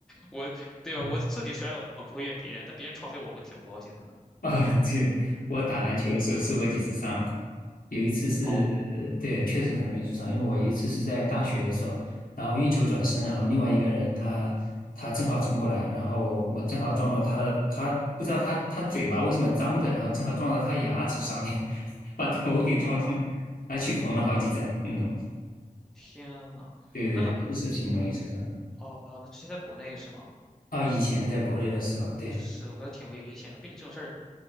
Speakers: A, in the centre; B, on the left.
A: 我对吧？
B: <laughs>
A: 我自己摔了，我不会怨别人，但别人撞飞我会挺不高兴的。
B: 啊，对，我打篮球的时候受过几次伤，有一次是，
A: 哦
B: 呃，对，确实很容易受伤，因为我有一次是在大学的时候，然后运球转身，然后另外一个人他他正好冲过来，然后我正好撞到他的，他不知道他他嘴巴为什么张着，然后正好撞到他牙齿上面，<laughs> 把头给撞伤，
A: 啊，
B: 还去缝了好几针嗯，
A: 天呐，
B: 对对对，
A: 那
B: 就是挺容易受伤。
A: 哦，那之前在国内是吗？
B: 啊，以前在国内的时候，对。
A: 是，我感觉挺危险的，并且这种事儿